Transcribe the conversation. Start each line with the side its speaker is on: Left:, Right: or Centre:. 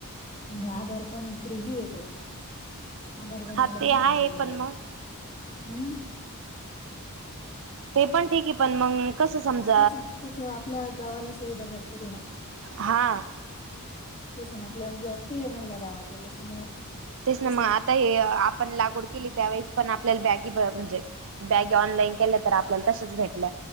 Left: आणि ह आधार पण फ्री ने भेटत आधार बनवायला
Right: हा ते
Left: पण
Right: आहे
Left: हजार रुपये
Right: पण
Left: लागता.
Right: मग
Left: हम्म.
Right: ते पण ठीक आहे, पण मंग कसं समज
Left: तेच त आपल्या गावाला सुविधा भरपूर येणार
Right: हा
Left: तेच ना. आपल्या म्हजे ऍक्टिव्ह आहे महिला गावातल्या, त्याच्यामुळं
Right: तेच ना
Left: कसं
Right: मग, आता आपण लागवड केली. त्यावेळेस आपल्याला बॅगी म्हणजे बॅग ऑनलाईन केल्या तर, आपल्याला तसेच भेटल.